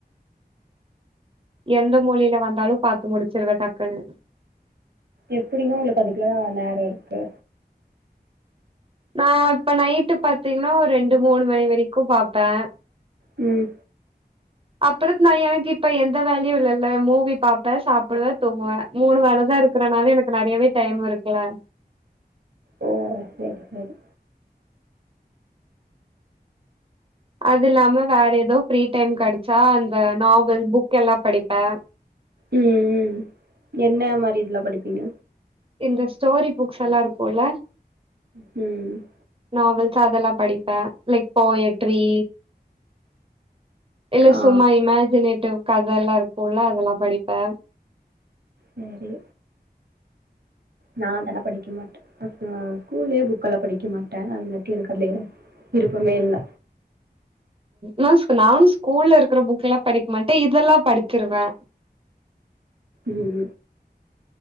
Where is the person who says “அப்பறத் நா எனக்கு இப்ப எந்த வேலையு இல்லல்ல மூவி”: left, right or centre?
Right